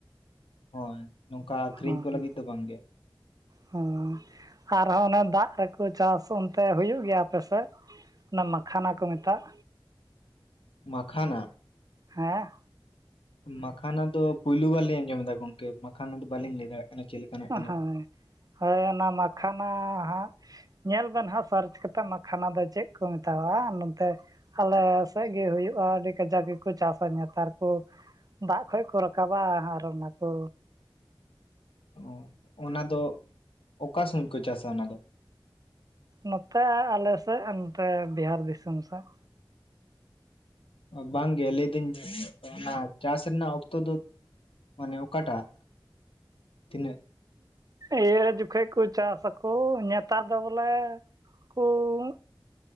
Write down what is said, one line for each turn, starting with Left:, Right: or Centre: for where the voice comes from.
Left: ᱦᱳᱭ ᱱᱚᱝᱠᱟ ᱟᱠᱷᱨᱤᱧ
Right: ᱦᱚᱸ
Left: ᱠᱚ ᱞᱟᱹᱜᱤᱫ ᱫᱚ ᱵᱟᱝᱜᱮ
Right: ᱦᱚᱸ ᱟᱨᱦᱚᱸ ᱚᱱᱮ ᱫᱟᱜ ᱨᱮᱠᱚ ᱪᱟᱥ ᱚᱱᱛᱮ ᱦᱩᱭᱩᱜ ᱜᱮᱭᱟ ᱟᱯᱮᱥᱮᱫ᱾ ᱚᱱᱟ ᱢᱟᱠᱷᱟᱱᱟ ᱠᱚ ᱢᱮᱛᱟᱜ᱾
Left: ᱢᱟᱠᱷᱟᱱᱟ
Right: ᱦᱮᱸ
Left: ᱢᱟᱠᱷᱟᱱᱟ ᱫᱚ ᱯᱩᱭᱞᱩ ᱵᱟᱨ ᱞᱤᱧ ᱟᱸᱡᱚᱢᱮᱫᱟ ᱜᱚᱝᱠᱮ ᱢᱟᱠᱷᱟᱱᱟ ᱫᱚ ᱵᱟᱞᱤᱧ ᱞᱟᱹᱭ ᱫᱟᱲᱮᱭᱟᱜ ᱠᱟᱱᱟ ᱪᱮᱫ ᱞᱮᱠᱟᱱᱟᱜ ᱠᱟᱱᱟ
Right: ᱟᱹ-ᱦᱟᱹ ᱦᱳᱭ ᱚᱱᱟ ᱢᱟᱠᱷᱟᱱᱟ ᱦᱟᱜ ᱧᱮᱞ ᱵᱮᱱ ᱦᱟᱜ ᱥᱟᱨᱪ ᱠᱟᱛᱮᱫ ᱢᱟᱠᱷᱟᱱᱟ ᱫᱚ ᱪᱮᱫ ᱠᱚ ᱢᱮᱛᱟᱣᱟᱜ-ᱟ ᱱᱚᱛᱮ ᱟᱞᱮ ᱥᱮᱫ ᱜᱮ ᱦᱩᱭᱩᱜ-ᱟ ᱟᱹᱰᱤ ᱠᱟᱡᱟᱠ ᱜᱮᱠᱚ ᱪᱟᱥᱟ ᱱᱮᱛᱟᱨ ᱠᱚ᱾ ᱫᱟᱜ ᱠᱷᱚᱡ ᱠᱚ ᱨᱟᱠᱟᱵᱟ ᱟᱨ ᱚᱱᱟᱠᱚ
Left: ᱚ ᱚᱱᱟ ᱫᱚ ᱚᱠᱟ ᱥᱚᱢᱚᱭ ᱠᱚ ᱪᱟᱥᱟ ᱚᱱᱟ ᱫᱚ
Right: ᱱᱚᱛᱮ ᱟᱞᱮ ᱥᱮᱫ ᱱᱚᱛᱮ ᱵᱤᱦᱟᱨ ᱫᱤᱥᱚᱢ ᱥᱮᱫ᱾
Left: ᱵᱟᱝᱜᱮ ᱞᱟᱹᱭ ᱫᱟᱹᱧ ᱚᱱᱟ ᱪᱟᱥ ᱨᱮᱱᱟᱜ ᱚᱠᱛᱚ ᱫᱚ ᱢᱟᱱᱮ ᱚᱠᱟᱴᱟᱜ ᱛᱤᱱᱟᱹᱜ
Right: ᱤᱭᱟᱹ ᱡᱚᱠᱷᱚᱱ ᱠᱚ ᱪᱟᱥ ᱟᱠᱚ ᱱᱮᱛᱟᱨ ᱫᱚ ᱵᱚᱞᱮ ᱠᱚᱻᱩ